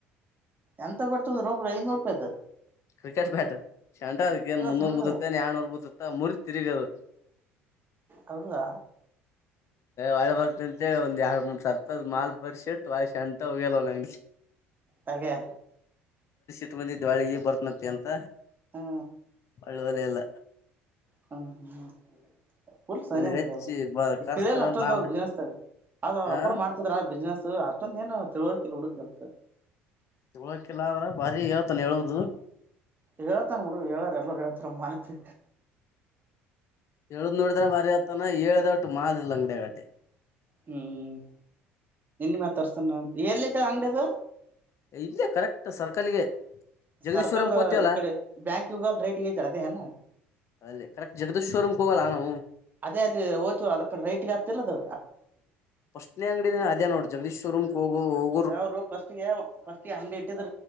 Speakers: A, on the right (about 30°); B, on the left (about 45°).
A: ಎಂತ ಬಂತಿದ ರೋಂಬರು ಐನೂರು ರೂಪಾಯ್ದ
B: ಕ್ರಿಕೆಟ್ ಬ್ಯಾಟರ್ ಶಂಟ ಅದಕ್ಕೇನ್ ಮುನ್ನೂರ್
A: ಸಣ್ಣದ
B: ಗೂತತ್ತನ್ ಯಡ್ನೂರ್ ಗೂತತ್ತ ಮುರ ತಿರುಗದ
A: ಹೌದಾ
B: ಒಳೆ ಬರ್ತ ಅಂತೇಳಿ ಒಂದ್ ಎರಡು ಮೂರು ಸರ್ಪದ ಮಾಲ್ ಬರ್ಶಿಟ್ ವಳ ಶ ಅಂಟ ಹೋಗ್ಯಲ್ವ ನಂಗೆ
A: ಹಾಗೆ
B: ಇಷ್ಟ ಮಂದಿ ವಳಿಗೆ ಬರ್ತನತಿ ಅಂತ
A: ಹಾ
B: ಲೋಲೇಅಲ್ಲ
A: ಹಾ ಹಾ ಪೂಲ್ ಸರಿ
B: ನಿನ್ಗ
A: ಅಂಟ್ಲ
B: ಹೆಚ್ಚಿ ಬ
A: ಈ
B: ಕರ್ಸ್ತನ
A: ತಿಳಿಯಲ್ಲ ಅಷ್ಟೊಂದೋಗಿ
B: ನಾ ಬಿಟ್
A: ಬಿಜಿನಿಸಸ್ತದೆ ಆದ್ ಅವ್ರ
B: ಆ
A: ಅಪ್ರ ಮಾಡ್ತಿದ್ರ ಬಿಸ್ನೆಸ್ ಅಷ್ಟೊಂದ ಏನು ತಿಳುವಳಿಕಲ್ ಹುಡುಗ್ ಅದಕ್
B: ತಿಳಕಿಲ್ಲ ಅಂದ್ರೇ ಬಾರಿ ಹೇಳೇಳ್ತಾನ ಹೇಳುದು
A: ಹೇಳ್ತಾನ ಬಿುಡು ಹೇಳಾರ ಎಲ್ಲರು ಹೇಳ್ತಾರ ಮಾತಿ
B: ಎಳುದ್ ನೋಡಿದ್ರೆ ಮಾರಿ ಆತ್ತನ ಹೇಳ್ದ ಒಟ್ಟು ಮಾಿಲ್ಲ ಅಂಗ್ಡಿಗಾಟಿ
A: ಹ್ಮ್ ಮಾ ತರ್ತಣಂತ ಎಲ್ಲ ಐತಲೇ ಅಂಗಡದು
B: ಇಲ್ಲೇ ಕರೆಕ್ಟ್ ಸರ್ಕಲ್ಗೆ ಜಗದೀಶ್ವರಂ
A: ಸರ್ಕಲ್
B: ಕೋತೀವಲ್ಲಾ
A: ಇಕಡೆ ಬ್ಯಾಂಕ್ಗ ರೈಟ್ಗತೆ ಅದೇ ಏನಾ
B: ಅದೇ ಕರೆಕ್ಟ್ ಜಗದೀ್ವರ್ೂ್ ಹೋಗಲ್ಲ ನಾನ
A: ಅದೇ ಅಲ್ಲಿ ಓತ ಅದ ಕಡೆ ರೈಟಗ ಆಗ್ತಿರ್ದು
B: ಸ್ಟ್ನೇ ಅಂಗಡ ಅದೇ ನೋಡಿ್ರ ಜಗದೀಶ್ರ್ರಮ್ ಹೋಗ ಹ
A: ಯಾವರು ಫಸ್ಟ್ಗೆ ಫಸ್ಟ್ಗೆ ಅಂಗ್ಡಿ ಇಟ್ಟಿದ್ರ